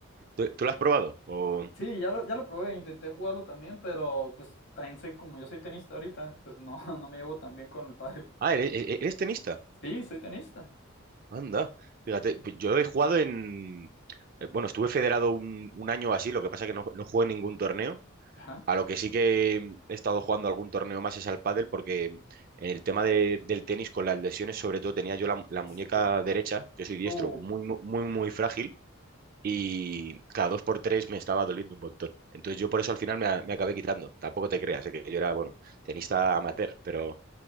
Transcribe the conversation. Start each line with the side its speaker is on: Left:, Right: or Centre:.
Right: ¿Tú, tú lo has probado? O...
Left: Sí, ya lo, ya lo probé, intenté jugarlo también, pero pues también soy como yo soy tenista ahorita, pues no, <laughs> no me llevo tan bien con el pádel.
Right: Ah, ¿eres, e, e, eres tenista?
Left: Sí, soy tenista.
Right: Anda, fíjate, pues yo he jugado en... eh, Bueno, estuve federado un, un año o así, lo que pasa es que no, no jugué en ningún torneo.
Left: Ajá.
Right: A lo que sí que he estado jugando algún torneo más es al pádel, porque el tema de- del tenis con las lesiones, sobre todo tenía yo la, la muñeca
Left: Sí.
Right: derecha, yo soy diestro,
Left: Uh.
Right: muy, mu- muy, muy frágil, y cada dos por tres me estaba doliendo un montón. Entonces yo por eso al final me, a- me acabé quitando. Tampoco te creas, eh, que yo era, bueno, tenista amateur, pero